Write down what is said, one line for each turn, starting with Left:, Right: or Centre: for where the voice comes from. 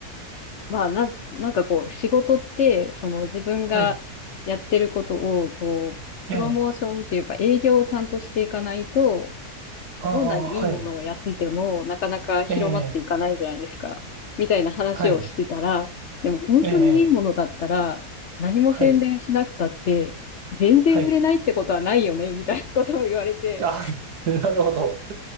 Left: まあ、なん、なんかこう、仕事って、その自分がやってることを、
Right: はい。
Left: こう、プロモーションっていうか営業をちゃんとしていかないと、
Right: ええああ、
Left: どんなにいいものをやってても、
Right: はい。
Left: なかなか広まっていかないじゃないですか。
Right: ええ
Left: みたいな話をしてたら、
Right: はい。
Left: でも本当にいいものだったら、
Right: ええ
Left: 何も宣伝しなくたって、
Right: はい。
Left: 全然売れないってことはないよね、
Right: はい。
Left: みたいなことを言われて。
Right: あ、<laughs> なるほど。